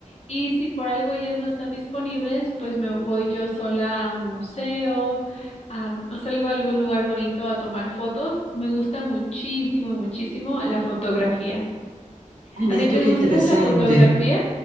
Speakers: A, on the left; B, on the right.
A: Y si por algo ellas no están disponibles, pues me voy yo sola a un museo, am, o salgo a algún lugar bonito a tomar fotos. Me gusta muchísimo, muchísimo la fotografía.
B: Ah, mira
A: ¿A ti
B: tú,
A: te
B: qué
A: gusta
B: interesante.
A: la fotografía?